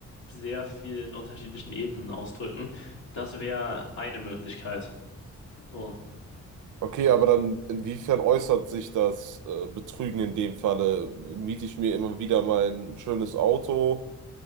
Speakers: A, on the left; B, on the right.
A: sehr vielen unterschiedlichen Ebenen ausdrücken. Das wäre eine Möglichkeit. So.
B: Okay, aber dann inwiefern äußert sich das äh, Betrügen in dem Falle? Miete ich mir immer wieder mein schönes Auto,